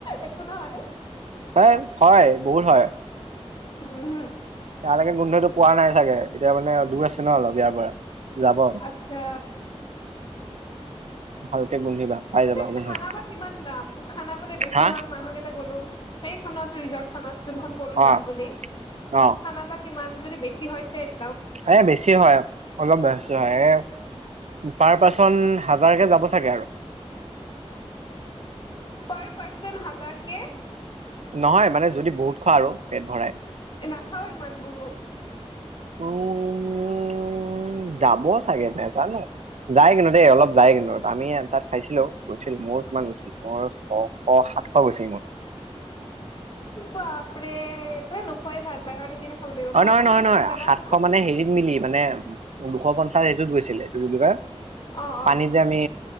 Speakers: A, on the left; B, on the right.
A: একো নহয়।
B: হয়, হয় বহুত হয়।
A: উম, হুম,
B: তালৈকে গোন্ধইটো পোৱা নাই চাগে, এতিয়া মানে দূৰ আছে ন' অলপ ইয়াৰ পৰা। যাব
A: আচ্ছা,
B: ভালকে গোন্ধিবা। পাই যাবা
A: তাত
B: গোন্ধটো।
A: খানা বা কিমান দাম, মই খানা বোলে বেছি
B: হা
A: হ'ল মানুহ কেইটা গ'লো সেইখনত ৰিজৰ্ট। খনত, যোনখন ক'লো যাম
B: অ',
A: বুলি,
B: অ',
A: খানা বা কিমান, যদি বেছি হৈছে শে
B: এ বেছি হয়, অলপ বেছি হয় এ, পাৰ পাৰ্চন হাজাৰকে যাব চা চাগে আৰু।
A: পাৰ পাৰ্চন হাজাৰ কে?
B: নহয় মানে যদি বহুত খোৱা আৰু, পেট ভৰাই।
A: নাখাও ইমান বহুত।
B: উম, যাব চাগে নেজানো। যায় কিন্তু দেই অলপ যায় কিন্তু আমি তাত খাইছিলোঁ গৈছিল মোৰ কিমান গৈছিল মোৰ ছশ সাতশ বৈছে মোৰ।
A: বাপৰে তই নোখোৱাই ভাল বাহিৰত খাব লাগিব
B: অ,
A: বাহিৰত
B: নহয়-নহয়-নহয়
A: আহি মানে জেগা
B: সাতশ
A: আছে ন
B: মানে হেৰিত মিলি মানে উ দুশ পঞ্চাশ হেইটোত গৈছিলে। কি বুলি কয়?
A: অ অ
B: পানীত যে আমি